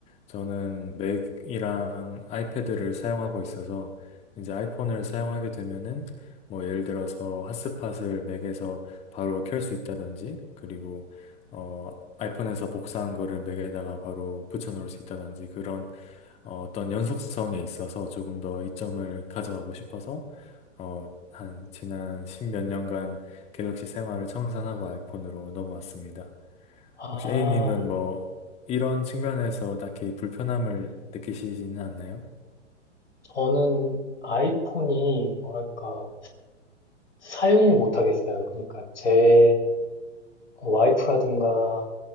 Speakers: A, on the left (about 15°); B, on the left (about 70°).
A: 저는 맥이랑 아이패드를 사용하고 있어서 이제 아이폰을 사용하게 되면은 뭐 예를 들어서 핫스팟을 맥에서 바로 켤 수 있다든지 그리고 어 아이폰에서 복사한 거를 맥에다가 바로 붙여 놓을 수 있다든지 그런 어, 어떤 연속성에 있어서 조금 더 이점을 가져가고 싶어서 어, 한 지난 십 몇 년간 갤럭시 생활을 청산하고 아이폰으로 넘어왔습니다.
B: 아,
A: 혹시 A님은 뭐 이런 측면에서 딱히 불편함을 느끼시지는 않나요?
B: 저는 아이폰이 뭐랄까 사용을 못 하겠어요. 그러니까 제 와이프라든가